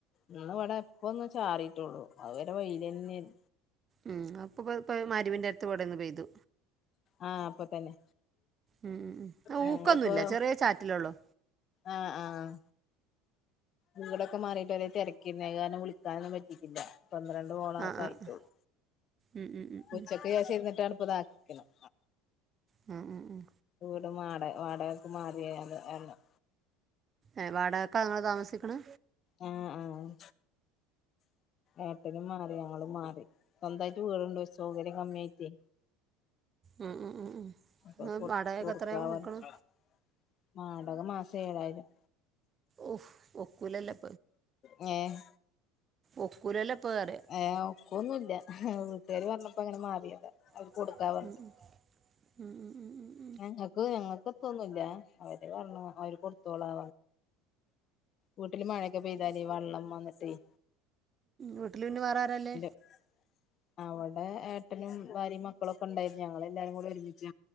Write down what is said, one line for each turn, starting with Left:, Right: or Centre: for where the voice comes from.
Left: ഞങ്ങള് ഇവിടെ ഇപ്പം ഒന്ന് ചാറിട്ടുള്ളൂ അതുവരെ വെയില് തന്നെ ആയിരുന്ന്
Right: ഉം അപ്പ <unintelligible> മാരുവിന്റെ അടുത്ത് ഇവിടുന്ന് പെയ്തു
Left: ആഹ് അപ്പൊ പിന്നെ
Right: ഉം ഉം
Left: ഞങ്ങളിപ്പൊ
Right: ഊക്കൊന്നുമില്ല ചെറിയ ചാറ്റലേ ഉള്ളൂ
Left: ആഹ് ആഹ് വീടൊക്കെ മാറിയിട്ട് ഒരേ തെരക്കെന്നെ അയ് കാരണം വിളിക്കാനൊന്നും പറ്റിട്ടില്ല പന്ത്രണ്ട് കോളക്ക
Right: ആഹ് ആഹ്
Left: യിട്ടുള്ളൂ
Right: ഉം ഉം ഉം
Left: ഉച്ച
Right: ഉം
Left: <unintelligible> ഇപ്പൊ ഇതാക്കിക്കണം
Right: മം ഉം ഉം
Left: വൂട് മാറി വാടകക്ക് മാറി അത് എല്ലം
Right: ഏഹ് വാടകക്ക ഇങ്ങള് താമസിക്കണ്
Left: ആഹ് ആഹ് ഏട്ടനും മാറി ഞങ്ങളും മാറി സ്വന്തായിട്ട് വീടുണ്ട് സൗകര്യം കമ്മിയായിട്ട്
Right: ഉം ഉം ഉം ഉം
Left: അപ്പൊ
Right: ഇങ്ങള്
Left: കൊ
Right: വാടകയൊക്കെ
Left: കൊടുക്ക
Right: എത്രയാ കൊടുക്കണെ
Left: <inaudible> വാടക മാസം ഏഴായിരം
Right: ഓഹ് ഒക്കൂലല്ലോ
Left: ങേഹ്
Right: ഒക്കൂലല്ലപ്പൊറിയാ
Left: ഏ ഒക്കൊന്നുല്ല വീട്ടുകാര് പറഞ്ഞപ്പോ അങ്ങനെ മാറിയതാ അവര്
Right: മ്മ്
Left: കൊടുക്കാ പറഞ്ഞിട്ട്
Right: മ്മ് മ്മ് മ്മ് മ്മ്
Left: ഞക്ക് ഞങ്ങൾക്ക് എത്തൊന്നുല്ലാ അവര് പറാഞ്ഞു അവര് കൊട് കൊട്ത്തോളാ വീട്ടില് മഴക്കെ പെയ്താല് വള്ളം വന്നിട്ടേയ്
Right: വീട്ടിൽ പിന്നെ വേറാരാല്ലെ
Left: <inaudible> അവടെ ഏട്ടനും ഭാര്യയും മക്കളോക്കെ ഉണ്ടായി ഞങ്ങളെല്ലാരും കൂടെ ഒരുമിച്ച്